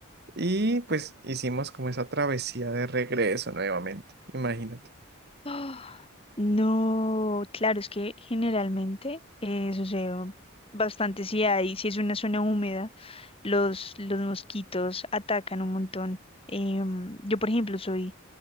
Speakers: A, on the right; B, on the left.
A: y pues hicimos como esa travesía de regreso nuevamente. Imagínate.
B: Ah, No, claro, es que generalmente eh, sucede bastante si hay, si es una zona húmeda, los, los mosquitos atacan un montón. Em, yo, por ejemplo, soy